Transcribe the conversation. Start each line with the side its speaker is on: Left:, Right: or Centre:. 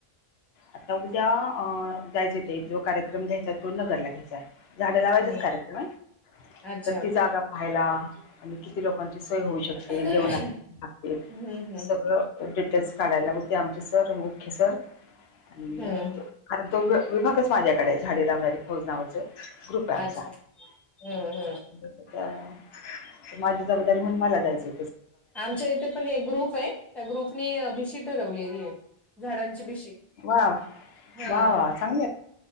Left: आता उद्या अ जायचं ते जो कार्यक्रम घ्यायचा तो नगरला घ्यायचा. झाडं लावायचाच
Centre: हम्म
Left: कार्यक्रम आहे,
Centre: अच्छा
Left: तर ती जागा पाहायला. आणि किती लोकांची सोय होऊ शकते
Centre: हम्म
Left: जेवणाला किती लागते
Centre: हम्म
Left: सगळं डिटेल्स काढायला बोलते आमचे सर मुख्य सर आणि
Centre: हम्म
Left: अ तर कारण तो वि विभाकच माझ्याकडे झाडे लावणारी फौज नावाचं. ग्रुप आहे आमचा.
Centre: अच्छा हम्म हम्म
Left: <inaudible> माझी जबाबदारी म्हणून मला जायची.
Centre: आमच्या इथे पण एक ग्रुप आहे त्या ग्रुपनी अभिशी ठरवलेली आहे. झाडांची बीशी
Left: वा
Centre: हा.
Left: वा वा चांगले